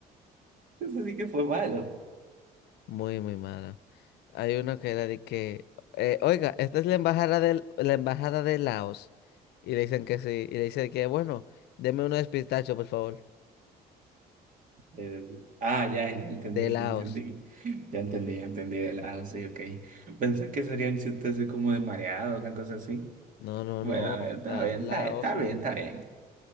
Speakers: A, on the right (about 50°); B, on the left (about 75°).
A: Eso sí que fue malo.
B: Muy, muy mala. Hay uno que era de que, eh, oiga, esta es la embajada del, la embajada de Laos. Y le dicen que sí. Y le dicen que, bueno, deme uno de pistacho, por favor.
A: El- ah, ya, ya entendí,
B: De Laos.
A: ya entendí. <laughs> Ya entendí, ya entendí de lado, sí, ok. Pensé que sería un chiste así como de mareado, una cosa así.
B: No, no,
A: Bueno,
B: no.
A: a ver, está
B: La,
A: bien,
B: Laos,
A: está, está bien,
B: un,
A: está bien.